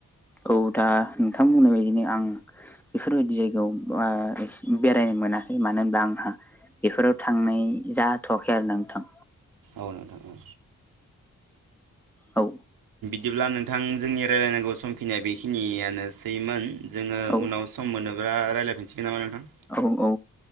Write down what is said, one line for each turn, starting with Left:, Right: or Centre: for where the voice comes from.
Centre: औ दा नोंथां बुंनाय बायदिनो आं बेफोरबायदि जायगायाव बा बेरायनो मोनाखै मानो होनब्ला आंहा बेफोराव थांनाय जाथवाखै आरोना नोंथां।
Right: औ नोंथां औ
Centre: औ
Right: बिदिब्ला नोंथां जोंनि रायलायनांगौ समखिनिया बेखिनियानोसैमोन जोंङो
Centre: औ
Right: उनाव स म मोनोबा रायलायफिनसिगोन नामा नोंथां।
Centre: औ औ